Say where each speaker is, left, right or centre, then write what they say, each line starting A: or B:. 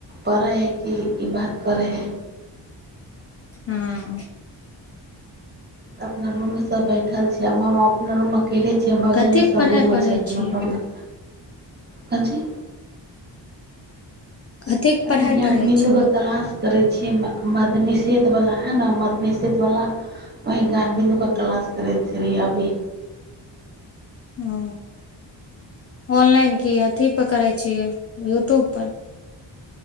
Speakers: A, on the right; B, on the left.
A: पढ़ै हइ कि ई बात करै हइ।
B: हँ
A: अपना रूममें सब बैठल छी आब हम अपना रूम मे अकेले छियै बगलमे
B: कथी के
A: सब
B: पढ़ाइ
A: रूममे
B: पढ़ै
A: छैथ
B: छियै
A: अपना। कन ची?
B: कथी के
A: अभी
B: पढ़ाइ
A: ज्ञान
B: पढ़ै
A: बिन्दु
B: छियै
A: के क्लास करै छियै मदनिषेद बला है न मदनिषेद बला ओहि गान बिन्दू क क्लास करै छी अभी।
B: ह ऑनलाइन की अथीप करै छियै यूट्यूबपर।